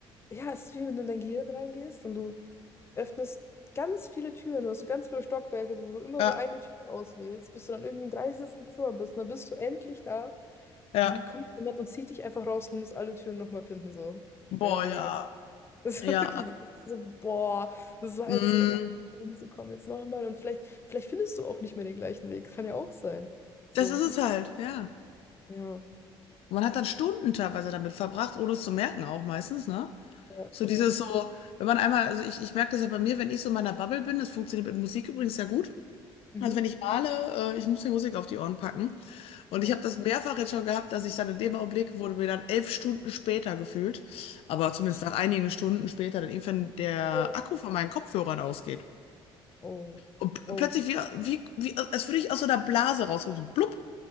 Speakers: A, on the left; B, on the left.
A: Ja, es ist wie wenn du in dein Gehirn reingehst und du öffnest ganz viele Türen. Du hast so ganz viele Stockwerke, wo du immer
B: Ja,
A: so eine Tür auswählst, bis du dann irgendwie im dreißigsten Zimmer bist. Und dann bist du endlich da
B: ja,
A: und dann kommt jemand und zieht dich einfach raus und du musst alle Türen nochmal finden, so.
B: boah,
A: Mehr oder weniger.
B: ja,
A: <laughs> Das
B: ja.
A: ist wirklich so, das ist so, boah, das war
B: Mm,
A: jetzt so nervig, hinzukommen. Jetzt nochmal und vielleicht, vielleicht findest du auch nicht mehr den gleichen Weg. Kann ja auch sein. So,
B: das ist
A: es
B: es
A: ist,
B: halt, ja.
A: ja,
B: Man hat dann Stunden teilweise damit verbracht, ohne es zu merken auch meistens, ne?
A: ja,
B: So
A: ja.
B: dieses so, wenn man einmal, also ich, ich merke das ja bei mir, wenn ich so in meiner Bubble bin, das funktioniert mit Musik übrigens sehr gut,
A: Mhm.
B: Also wenn ich male, äh, ich muss die Musik auf die Ohren packen. Und
A: Ja.
B: ich habe das mehrfach jetzt schon gehabt, dass ich dann in dem Augenblick wurde mir dann elf Stunden später gefühlt, aber
A: Ach,
B: zumindest
A: das stimmt.
B: nach einigen Stunden später, dann irgendwann der
A: Ja.
B: Akku von meinen Kopfhörern ausgeht.
A: Oh.
B: Und p-
A: oh.
B: plötzlich wie, wie, wie als würde ich aus so einer Blase rauskommen, so blub.